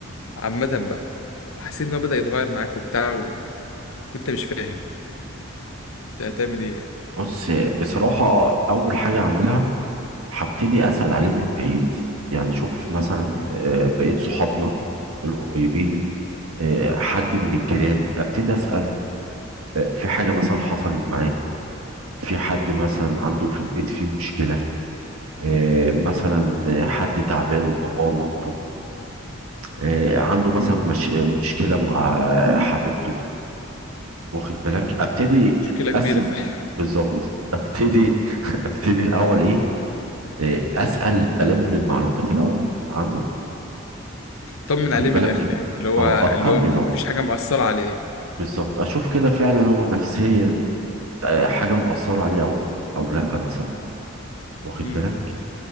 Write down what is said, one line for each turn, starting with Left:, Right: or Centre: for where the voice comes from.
Left: عامة بقى حسيت ان هو بدأ يتغير معاك وبتاع و... وانت مش فاهم انت هتعمل ايه يعني
Right: بص بصراحه اول حاجه اعملها هبتدي أسأل عليه من بعيد يعني شوف مثلا
Left: مم.
Right: آه، بقيت صحابنا القريبين آه، حد من الجيران أبتدي أسأل آه، في حاجة مثلا حصلت معاه في حد مثلا عنده في البيت فيه مشكلة آه، مثلا
Left: مم.
Right: آه، حد تعبان باباه مامته آه، عنده مثلا
Left: مم.
Right: مش آه، مشكلة مع آه، حبيبته واخد بالك أبتدي
Left: مشكلة كبيرة
Right: أسأل
Left: فعلا
Right: بالظبط أبتدي <laughs> أبتدي الأول إيه آه، أسأل ألم المعلومات الأول عنه
Left: <laughs> طمن
Right: واخد
Left: عليه
Right: بالك
Left: من الآخر يعني اللي هو
Right: اه اطمنه
Left: اللي هو مفيش حاجة مأثرة عليه
Right: بالظبط اشوف كده فعلا هو نفسيا آه، حاجه مؤثره عليه او او لا مثلا واخد
Left: مم.
Right: بالك
Left: مم.